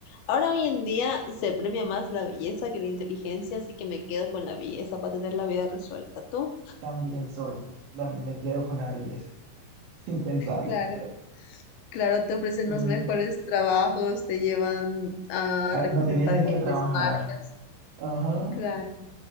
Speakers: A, on the left (about 70°); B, on the right (about 65°).
A: ahora hoy en día se premia más la belleza que la inteligencia, así que me quedo con la belleza para tener la vida resuelta. ¿Tú?
B: También soy. También me quedo con la belleza, sin pensarlo.
A: Claro,
B: <laughs>
A: claro, te ofrecen
B: Mm.
A: los mejores trabajos, te llevan a
B: Ah,
A: representar
B: No tienes ni
A: grandes
B: que trabajar.
A: marcas.
B: Ajá,
A: Claro,